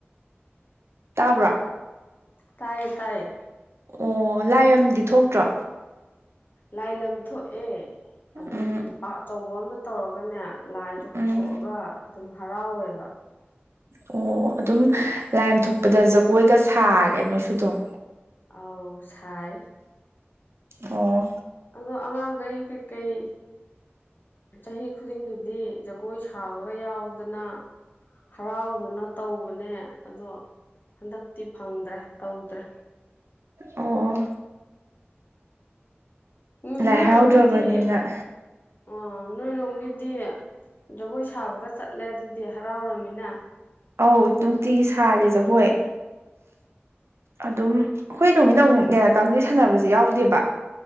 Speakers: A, on the right; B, on the left.
A: ꯇꯥꯕ꯭ꯔꯥ
B: ꯇꯌꯦ ꯇꯥꯏꯌꯦ
A: ꯑꯣ ꯂꯥꯏꯔꯝꯗꯤ ꯊꯣꯛꯇ꯭ꯔꯣ
B: ꯂꯥꯏ ꯂꯝ ꯊꯣꯛꯑꯦ ꯑꯗꯨꯝ
A: ꯎꯝ
B: ꯄꯥꯛ ꯑꯆꯧꯕ ꯑꯝꯇ ꯇꯧꯔꯒꯅꯦ ꯂꯥꯏꯗꯣ ꯄꯨꯊꯣꯛꯑꯒ
A: ꯎꯝ
B: ꯑꯗꯨꯝ ꯍꯔꯥꯎꯋꯦꯕ
A: ꯑꯣ ꯑꯗꯨꯝ ꯂꯥꯏꯝ ꯊꯣꯛꯄꯗ ꯖꯒꯣꯏꯒ ꯁꯥꯔꯦ ꯅꯣꯏꯁꯨ ꯑꯗꯨꯝ
B: ꯑꯥꯎ ꯁꯥꯏ
A: ꯑꯣ
B: ꯑꯗꯣ ꯑꯉꯥꯡꯈꯩ ꯀꯩꯀꯩ ꯆꯍꯤ ꯈꯨꯗꯤꯡꯒꯤꯗꯤ ꯖꯒꯣꯏ ꯁ ꯊꯥꯕꯒ ꯌꯥꯎꯗꯅ ꯍꯔꯥꯎꯗꯅ ꯇꯧꯕꯅꯦ ꯑꯗꯣ ꯍꯟꯗꯛꯇꯤ ꯐꯪꯗ꯭ꯔꯦ ꯇꯧꯗ꯭ꯔꯦ
A: ꯑꯣ ꯑꯣ
B: ꯎꯝ
A: ꯂꯥꯏ
B: ꯅꯣꯏꯔꯣꯝꯒꯤꯗꯤ
A: ꯍꯔꯥꯎꯗ꯭ꯔꯕꯅꯤꯅ
B: ꯑ ꯅꯣꯢꯔꯣꯝꯒꯤꯗꯤ ꯖꯒꯣꯏ ꯁꯥꯕꯒ ꯆꯠꯂꯦ ꯑꯗꯨꯗꯤ ꯍꯔꯥꯎꯔꯃꯤꯅ
A: ꯑꯧ ꯅꯨꯡꯇꯤꯒꯤ ꯁꯥꯔꯦ ꯖꯒꯣꯏ ꯑꯗꯨꯝ ꯑꯩꯈꯣꯏ ꯔꯣꯝꯒꯤꯅ ꯑꯃꯨꯛꯅꯦ ꯀꯥꯡꯖꯩ ꯁꯥꯟꯅꯕꯗꯤ ꯌꯥꯎꯗꯦꯕ